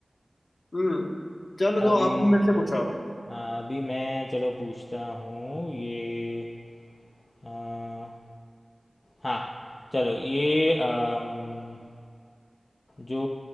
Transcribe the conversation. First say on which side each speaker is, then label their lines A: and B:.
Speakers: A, on the left; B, on the left.
A: हम्म चलो
B: अभी
A: तो आप भी मेरे से पूछो आप
B: आ, अभी मैं चलो पूछता हूँ ये आ, हाँ चलो ये अम, जो